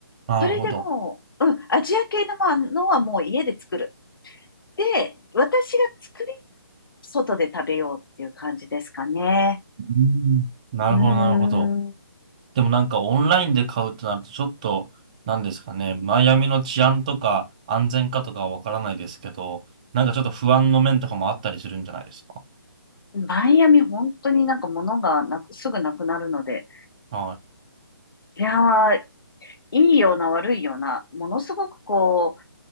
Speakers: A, on the right (about 20°); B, on the left (about 65°).
A: なるほど。
B: それでもう、うん、アジア系のものはもう家で作る。で、私が作り、外で食べようっていう感じですかね。
A: うんなるほど、
B: うーん。
A: なるほど。でもなんかオンラインで買うとなるとちょっと、なんですかね、マイアミの治安とか安全かとかはわからないですけど、なんかちょっと不安の面とかもあったりするんじゃないですか。
B: マイアミ本当になんか物がなく、すぐなくなるので、
A: はい。
B: いやー、いいような悪いような、ものすごくこ